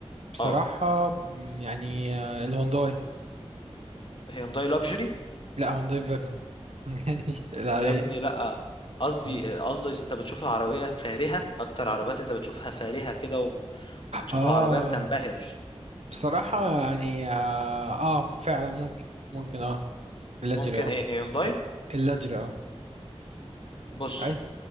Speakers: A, on the right; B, on the left.
A: بصراحة
B: اه
A: مم، يعني آه، الهونداي
B: هيونداي لاكجري
A: لا هونداي فيرنا <laughs> العادية
B: يا ابني لا قصدي
A: والله.
B: قصدي انت بتشوف العربية فارهة اكتر عربيات انت بتشوفها فارهة كده وب- وبتشوف
A: اه
B: العربية بتنبهر
A: بصراحة يعني اه, آه فعلا ممكن ممكن اه اللاجري
B: ممكن
A: اه
B: ايه هيونداي
A: اللاجري اه
B: بص
A: اي